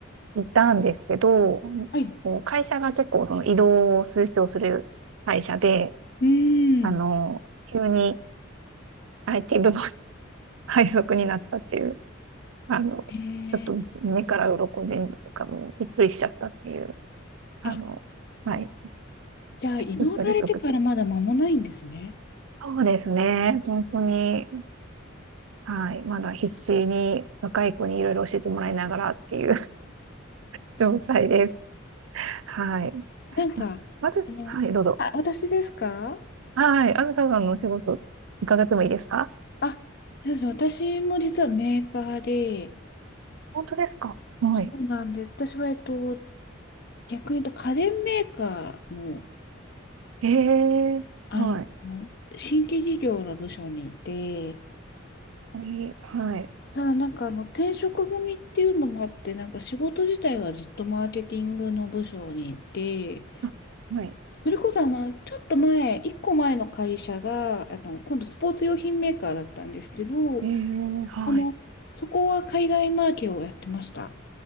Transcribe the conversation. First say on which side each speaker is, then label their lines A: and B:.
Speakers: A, on the right; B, on the left.
A: いたんですけど、
B: はい。
A: こう会社が結構その移動を推奨する会社で、
B: うーん。
A: あの、急に IT 部門 <laughs> 配属になったっていう、あの、
B: えー、
A: ちょっと目から鱗で、なんかもうびっくりしちゃったっていう、あの、
B: あ、
A: はい、
B: じゃあ、移動されてからまだ間もないんですね。
A: 1ヶつ送ってます。そうですね。本当に、はい。まだ必死に若い子にいろいろ教えてもらいながらっていう <laughs> 状態です。はい。
B: なんか、
A: あまず、
B: あの、
A: はい、どうぞ。
B: あ、私ですか
A: はい。あずささんのお仕事伺ってもいいですか
B: あ、そうです私も実はメーカーで、
A: 本当ですかはい。
B: そうなんです。私は、えっと、逆に言うと家電メーカーの
A: ええはい。
B: あの、新規事業の部署にいて、
A: いい、はい。
B: ただなんかあの転職組っていうのもあって、なんか仕事自体はずっとマーケティングの部署にいて、
A: あ、はい。
B: それこそあの、ちょっと前、一個前の会社が、あの、今度スポーツ用品メーカーだったんですけど、
A: ええはい。
B: あの、そこは海外マーケをやってました。